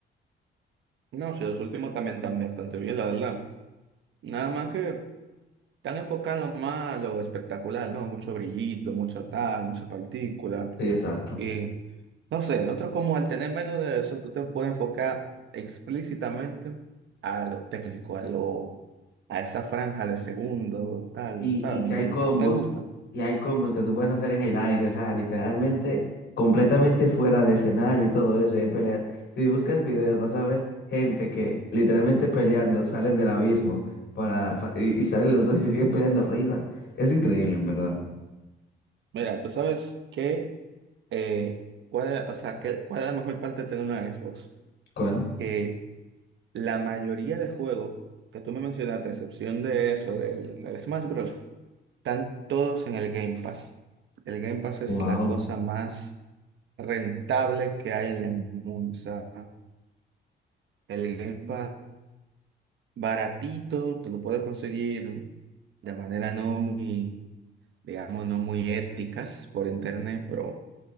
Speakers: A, on the right; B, on the left.
A: No, sí, los últimos también están bastante bien, la verdad. Nada más que. Están enfocados más a lo espectacular, ¿no? Mucho brillito, mucho tal, mucha partícula.
B: Sí, exacto.
A: Y no sé, el otro como al tener menos de eso, tú te puedes enfocar explícitamente a lo técnico, a lo, a esa franja de segundo, tal,
B: y,
A: ¿sabes?
B: y
A: ¿Me
B: que
A: entiendes?
B: hay combos,
A: Me, me gusta.
B: y hay combos que tú puedes hacer en el aire, o sea, literalmente completamente fuera de escenario y todo eso, y hay peleas. Si buscas videos vas a ver gente que literalmente peleando salen del abismo para, fa- y, y salen los dos y siguen peleando arriba. Es increíble, en verdad.
A: Mira, tú sabes que, eh, cuál es, o sea, que, cuál es la mejor parte de tener una Xbox.
B: ¿Cuál?
A: Que la mayoría de juegos que tú me mencionaste, a excepción de eso, del, del Smash Bros. Están todos en el Game Pass. El Game Pass es
B: Wow.
A: la cosa más rentable que hay en el mundo. O sea, el Game Pass baratito, te lo puedes conseguir de manera no muy, digamos, no muy éticas por internet, pero